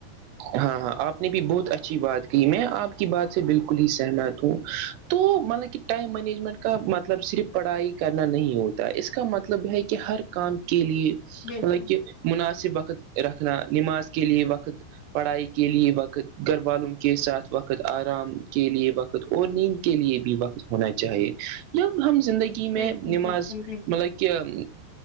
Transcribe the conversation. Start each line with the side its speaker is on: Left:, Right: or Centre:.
Right: ہاں ہاں آپ نے بھی بہت اچھی بات کہی میں آپ کی بات سے بالکل ہی سہمت ہوں تو مطلب کہ ٹائم مینجمنٹ کا مطلب صرف پڑھائی کرنا نہیں ہوتا اس کا مطلب ہے کہ ہر کام کے لیے
Left: بالکل
Right: مطلب کہ مناسب وقت رکھنا نماز کے لیے وقت پڑھائی کے لیے وقت گھر والوں کے ساتھ وقت آرام کے لیے وقت اور نیند کے لیے بھی وقت ہونا چاہیے جب ہم زندگی میں
Left: بالکل
Right: نماز
Left: بالکل بالکل
Right: مطلب